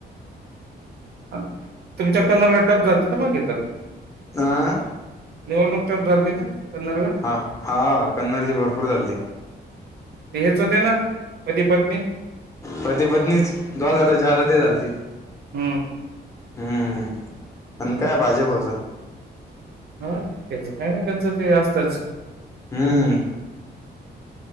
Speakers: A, on the right; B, on the left.
A: <unintelligible>
B: आह.
A: निवडणूक टप झालती ना कन्नडला
B: हा हा कन्नडची भरपूर झालती.
A: ते हेच होते ना पती पत्नी
B: पती पत्नीच दोघाचा जादा ते झाचाल त
A: हम्म
B: हम्म प काय भाजपच
A: हा त्याचं काही ना त्याचं काही असतच
B: हम्म